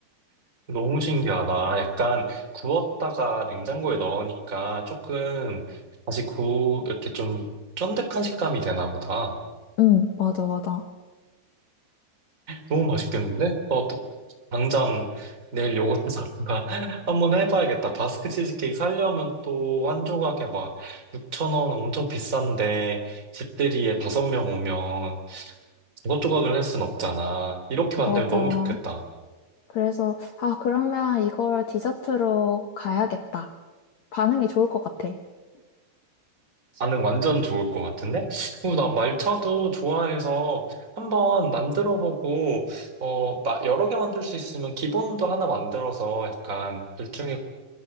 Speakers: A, on the right; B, on the left.
A: 너무 신기하다. 약간 구웠다가 냉장고에 넣으니까 조금 다시 구, 이렇게 좀 쫀득한 식감이 되나 보다.
B: 응, 맞아, 맞아.
A: 너무 맛있겠는데? 어, 너- 당장 내일 요거트 사다가 <laughs> 한번 해봐야겠다. 바스크 치즈케이크 사려면 또 한 조각에 막 6천 원 엄청 비싼데 집들이에 다섯 명 오면 조각조각을 할 순 없잖아. 이렇게 만들면
B: 맞아.
A: 너무 좋겠다.
B: 그래서, 아, 그러면 이걸 디저트로 가야겠다. 반응이 좋을 것 같아.
A: 반응 완전 좋을 것 같은데? 그난 말차도 좋아해서 한번 만들어보고, 어, 마- 여러 개 만들 수 있으면 기본도 하나 만들어서 약간 둘중에